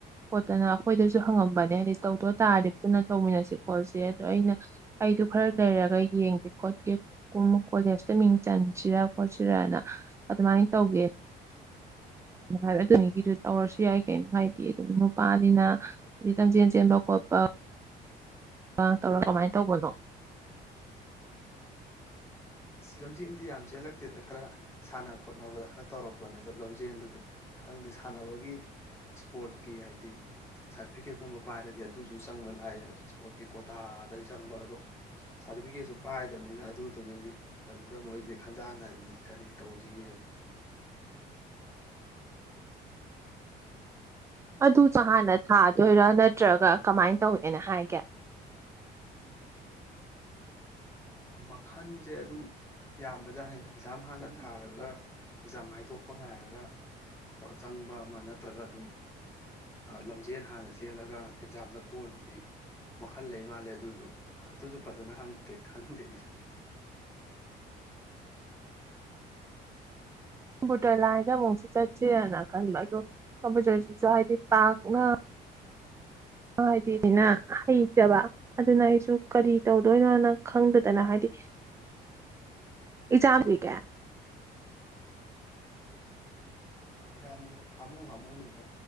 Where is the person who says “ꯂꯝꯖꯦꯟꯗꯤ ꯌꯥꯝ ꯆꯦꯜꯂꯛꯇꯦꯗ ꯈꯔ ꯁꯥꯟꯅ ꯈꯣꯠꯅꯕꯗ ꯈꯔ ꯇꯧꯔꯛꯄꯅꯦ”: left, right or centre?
Left